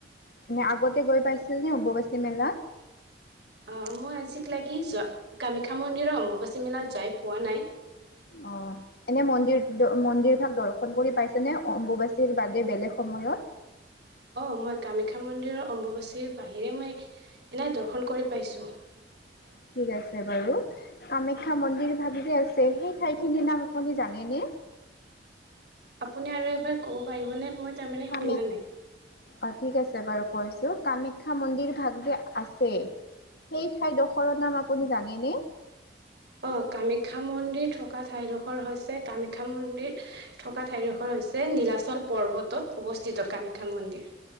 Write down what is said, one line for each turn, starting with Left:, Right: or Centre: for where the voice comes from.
Left: মানে আগতে গৈ পাইছিল নে অবাচী মেলা
Right: অ মই আজিক লাগি যোৱা কামাখ্যা মন্দিৰৰ অম্বুবাচী মেলা যাই পোৱা নাই
Left: অ এনে মন্দিৰ মন্দিৰ ভাগ দৰ্শন কৰি পাইছেনে অম্বুবাচীৰ বাদে বেলেগ সময়ত উ
Right: অ মই কামাখ্যা মন্দিৰৰ অম্বুবাচীৰ বাহিৰে মই এনোই দৰ্শন কৰি পাইছো
Left: উ ঠিক আছে বাৰু কামাখ্যা মন্দিৰ ভাগ যে আছে সেই ঠাইখিনিৰ নাম আপুনি জানেনে <inaudible>
Right: আপুনি আৰু এইবাৰ ক'ব পাৰিবনে মই তাৰমানে
Left: কামে
Right: শুনা নাই
Left: অ ঠিক আছে বাৰু কৈছোঁ কামাখ্যা মন্দিৰ ভাগ যে আছে সেই ঠাই দখৰৰ নাম আপুনি জানেনে
Right: অ কামাখ্যা মন্দিৰ থকা ঠাইডোখৰ হৈছে কামাখ্যা মন্দিৰ থকা ঠাইডোখৰ হৈছে নীলাচল পৰ্বতত অৱস্থিত কামাখ্যা মন্দিৰ।